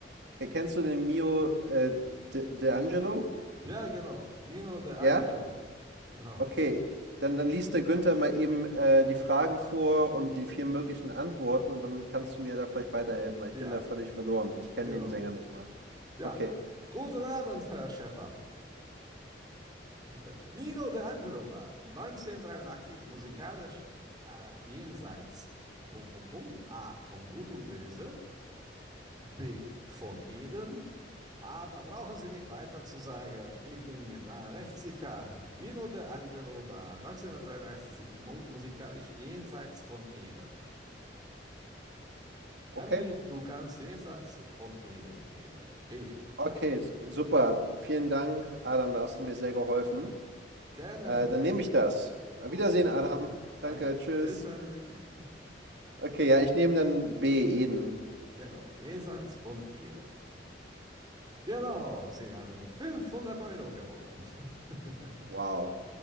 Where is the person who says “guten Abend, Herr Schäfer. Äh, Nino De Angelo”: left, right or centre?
Right